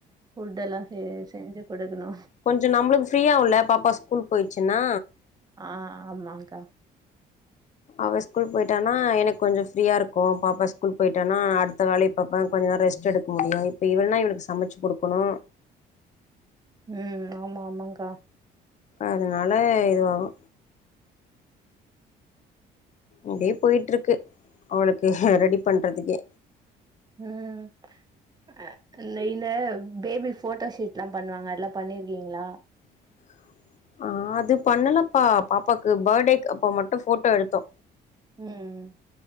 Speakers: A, on the right; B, on the left.
A: ஃபுட் எல்லா செ செஞ்சு குடுக்கணு
B: கொஞ்ச நம்முளுக்கு ஃப்ரீயாவுல்ல பாப்பா ஸ்கூல் போய்ச்சுனா
A: ஆ ஆமாங்க்கா
B: அவ ஸ்கூல் போய்ட்டானா எனக்கு கொஞ்ச ஃப்ரீயா இருக்கு பாப்பா ஸ்கூல் போய்ட்டானா அடுத்த வேலைய பாப்ப கொஞ் ரெஸ்ட் எடுக்க முடியு இப்ப இவனா இவுளுக்கு சமச்சு குடுக்கணு
A: ம் ஆமா ஆமாங்க்கா
B: அதனால இதுவாகு இப்டியே போயிட்ருக்கு அவளுக்கு ரெடி பண்றதுக்கே
A: ம் அ நெய்ன பேபி ஃபோட்டோஷூட்லா பண்ணுவாங்க அதெல்லா பண்ணிருக்கிங்ளா
B: ஆஹ ஆ அது பண்ணலப்ப பாப்பாக்கு பர்த்டேக் அப்ப மட்டு ஃபோட்டோ எடுத்தோ
A: ம்